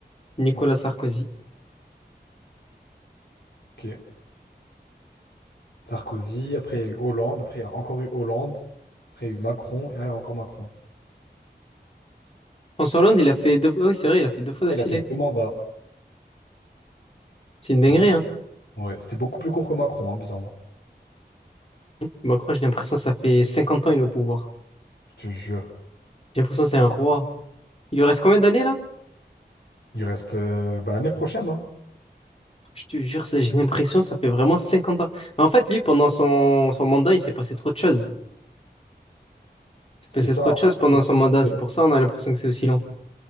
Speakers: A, on the left; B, on the left.
A: Nicolas
B: Ouais,
A: Sarkozy.
B: ok. Sarkozy, après il y a eu Hollande, après il y a encore eu Hollande, après il y a eu Macron, et là il y a encore Macron.
A: François
B: C'est
A: Hollande,
B: fou.
A: il a fait deux fois, oui, c'est vrai, il a fait deux fois d'affilée.
B: Il a fait deux mandats.
A: C'est une dinguerie,
B: Dingue.
A: hein.
B: Ouais, c'était beaucoup plus court que Macron, hein, bizarrement.
A: Macron, j'ai l'impression que ça fait 50 ans il est au pouvoir.
B: Je te jure.
A: J'ai l'impression que c'est un roi. Il lui reste combien d'années là?
B: Il reste euh, bah, l'année prochaine, hein.
A: Je te jure, ça, j'ai l'impression que ça fait vraiment 50 ans. Mais en fait, lui, pendant son, son mandat, il s'est passé trop de choses. Il s'est passé
B: C'est ça.
A: trop de choses pendant
B: on
A: son
B: profite,
A: mandat. C'est
B: euh,
A: pour ça on a l'impression que c'est aussi long.